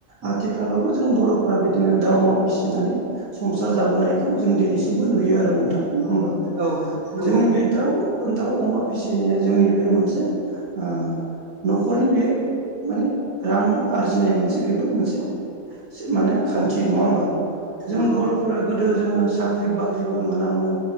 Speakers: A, on the right (about 80°); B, on the right (about 50°).
A: आथिखालावबो जों बर'फोरा बिदिनो दाउ अमा फिसिनानै संसार जाबोनायखौ जों दिनैसिमबो नुयो। आरो नोंथां नंङा होमबा
B: औ नंगौ
A: जोंनि बे दाउ दाउ अमा फिसिनाया जोंनि बे मोनसे ओ न'खरनि बेयो माने रां आरजिनाय मोनसे बेबो मोनसे मोनसे माने खान्थि नंङा होमबा। जों
B: नंगौ
A: बर'फोरा गोदो जोंङो साख्रि बाख्रिबो मोनामोन